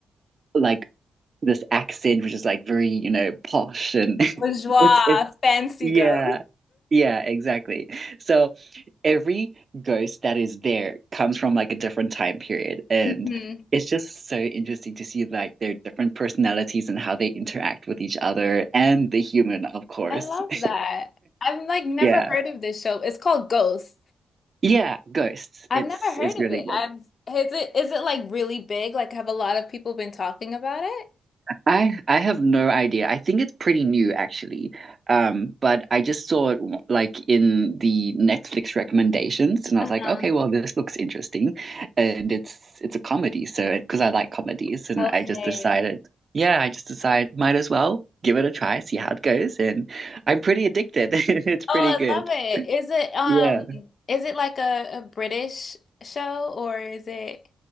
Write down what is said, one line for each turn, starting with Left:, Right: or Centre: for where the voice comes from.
Right: like this accent which is like very, you know, posh and <laughs>
Left: a bourgeois
Right: it's it's
Left: fancy
Right: yeah.
Left: ghost.
Right: Yeah, exactly. So every ghost that is there comes from like a different time period and
Left: Mhm.
Right: it's just so interesting to see like their different personalities and how they interact with each other and the human, of course.
Left: I love
Right: <laughs>
Left: that. I've like never
Right: Yeah.
Left: heard of this show. It's called Ghost.
Right: Yeah, ghosts.
Left: I've
Right: It's
Left: never heard
Right: it's
Left: of
Right: really
Left: it.
Right: good.
Left: I've is it is it like really big? Like have a lot of people been talking about it?
Right: I I have no idea. I think it's pretty new actually. Um, but I just saw it w- like in the Netflix recommendations and I
Left: Uh-huh.
Right: was like, okay, well this looks interesting. And it's it's a comedy, so because I like comedies and
Left: Okay.
Right: I just decided, yeah, I just decided might as well give it a try, see how it goes, and I'm pretty addicted. <laughs> It's
Left: Oh,
Right: pretty good.
Left: I love it. Is it um
Right: Yeah.
Left: is it like a, a British show or is it